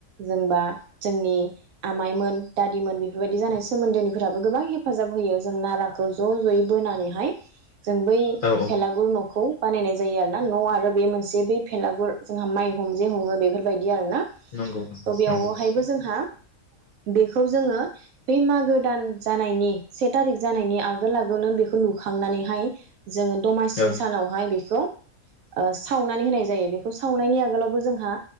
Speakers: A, on the right; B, on the left.
A: जोंबा जोंनि आमाइमोन दादिमोन बेफोरबायदि जानाय सोमोन्दोनिफोराबो गोबां हेफाजाब होयो जों नाराखौ ज' ज'यै बोनानैहाय जों बै
B: औ औ
A: भेलागुर न'खौ बानायनाय जायो आरो ना न' आरो बे मोनसे बे भेलागुर जोंहा माइ हुंजे हङो बेफोरबायदि आरो ना थ'
B: नंगौ
A: बेयावहायबो
B: नंगौ
A: जोंहा बेखौ जोङो बै मागो दान जानायनि से थारिख जानायनि आगोल आगोलनो बेखौ लुखांनानैहाय जोङो दमासि
B: औ
A: सानावहाय बेखौ सावनानै होनाय जायो बेखौ सावनायनि आगोलावबो जोंहा